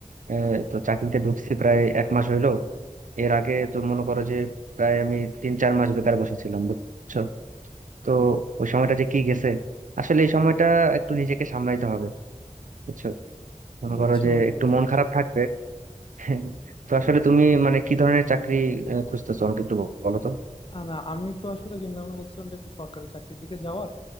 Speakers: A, on the right (about 70°); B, on the left (about 40°).
A: আহ, তো চাকরিতে ঢুকছি প্রায় এক মাস হইলো এর আগে তো মনে করো যে প্রায় আমি তিন চার মাস বেকার বসেছিলাম বুঝছো তো ওই সময়টা যে কি গেছে আসলে এই সময়টা একটু নিজেকে সামলাইতে হবে বুঝছো মনে
B: বুঝছি
A: করো যে
B: বন্ধু
A: একটু মন খারাপ থাকবে <laughs> তো আসলে তুমি মানে কি ধরনের চাকরি আহ, খুঁজতেছো আমাকে একটু বলো তো
B: আহ, না আমি তো আসলে চিন্তা ভাবনা করছিলাম যে একটু সরকারি চাকরির দিকে যাওয়ার